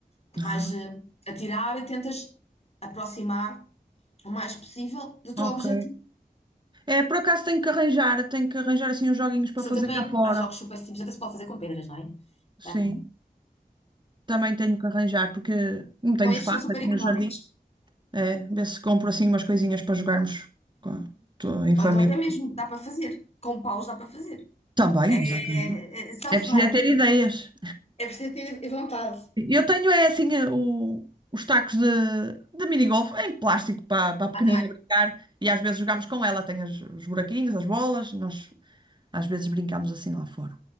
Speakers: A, on the left; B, on the right.
A: que vais
B: Ah,
A: eh, atirar e tentas aproximar o mais possível do teu
B: ok.
A: objetivo
B: É, por acaso tenho que arranjar, tenho que arranjar assim uns joguinhos para
A: que são
B: fazer
A: também,
B: cá fora.
A: há jogos super simples, até se pode fazer com pedras, não é?
B: Sim,
A: Ah,
B: também tenho que arranjar, porque não tenho
A: Bom, estes
B: espaço
A: são super
B: aqui
A: económicos.
B: no jardim. É, vê se compro assim umas coisinhas para jogarmos com- to- em família.
A: Ou então até mesmo dá para fazer. Com paus dá para fazer.
B: Também,
A: É,
B: exatamente.
A: é self-made.
B: É preciso é ter ideias.
A: É preciso ter vontade.
B: Eu tenho é assim eh, o- os tacos de, de minigolf em plástico para, para a pequenina
A: Ah, também.
B: brincar e às vezes jogamos com ela. Tem as- os buraquinhos, as bolas, nós às vezes brincamos assim lá fora.